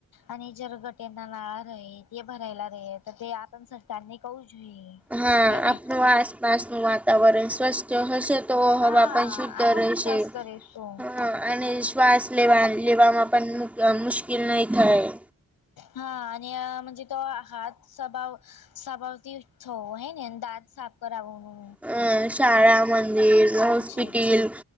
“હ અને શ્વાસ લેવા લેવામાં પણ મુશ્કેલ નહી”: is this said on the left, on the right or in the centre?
Centre